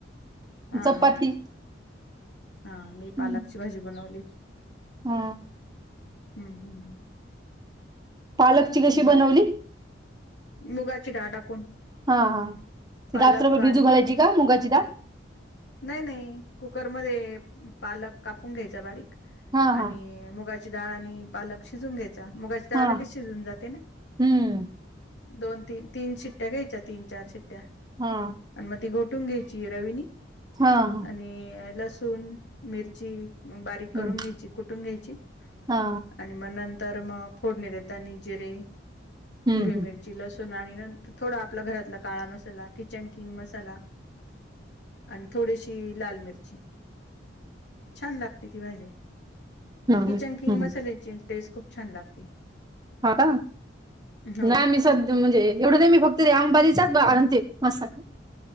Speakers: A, on the left; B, on the right.
A: हा
B: चपाती.
A: हा हा मी पालकची
B: हम्म.
A: भाजी बनवली.
B: हा
A: हम्म हम्म
B: पालकची कशी
A: बघ
B: बनवली?
A: मुगाची डाळ टाकून.
B: हा हा
A: पालक
B: त रात्रभर
A: आणि
B: बिजू घालायची का मुगाची डाळ?
A: नाही नाही कुकरमध्ये पालक कापून घ्यायचा बारीक
B: हा
A: आणि
B: हा
A: मुगाची डाळ आणि पालक शिजून घेत मुगाची डाळ
B: हा
A: तर लगेच शिजून जाते ना?
B: हम्म
A: दोन तीन तीन शिट्ट्या घ्यायच्या तीन चार शिट्ट्या
B: हा
A: आणि मग ती गो कटून घ्यायची रवीनी
B: हा हा हा
A: आणि लसूण, मिरची बारीक करून
B: हम्म
A: घ्यायची कुठून घ्यायची
B: हा
A: आणि म तर मग फोडणी देता जिरे
B: हम्म
A: हिरवी
B: हम्म
A: मिरची लस णी नर थोड आपला घरातला काळा मसाला किचन किंग मसाला आणि थोडीशी लाल मिरची छान लागते ती भाजी.
B: हम्म
A: किचन किंग
B: हम्म.
A: मसाल्याची टेस्ट खूप छान लागते.
B: हा का
A: हो
B: नाही मी सध्या म्हणजे एवढं नाही मी फक्त र अंबाजीचाच आणते मसाल